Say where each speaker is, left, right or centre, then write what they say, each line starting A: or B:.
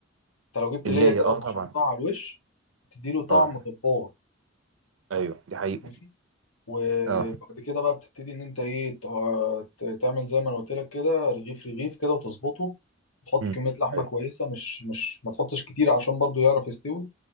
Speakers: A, on the left; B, on the right.
A: انت لو جبت
B: اللي
A: ليه كده
B: اه
A: وبشرتها
B: طبعا
A: على الوش بتدي له طعم
B: اه
A: جبار
B: ايوه دي حقيقة
A: ماشي وبعد
B: اه
A: كده بقى بتبتدي ان انت ايه تع- ت- تعمل زي ما انا قلت لك كده رغيف رغيف كده وتظبطه تحط
B: مم.
A: كميه لحمه
B: اي
A: كويسه مش مش ما تحطش كتير عشان برضو يعرف يستوي